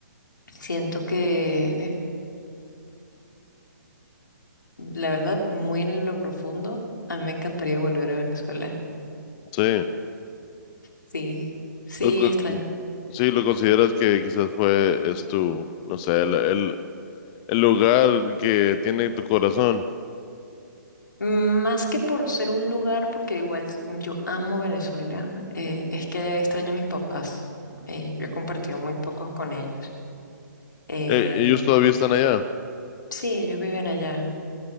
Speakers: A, on the left; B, on the left.
A: Siento que, la verdad, muy en lo profundo, a mí me encantaría volver a Venezuela.
B: sí.
A: Sí, sí,
B: Lo co-
A: extraño.
B: sí, lo consideras que quizás fue, es tu, no sé, el, el, el lugar que tiene tu corazón.
A: Más que por ser un lugar, porque igual s- yo amo Venezuela, eh, es que extraño a mis papás. Eh, yo he compartido muy pocos con ellos. Eh,
B: Eh, ellos todavía están allá.
A: sí, ellos viven allá.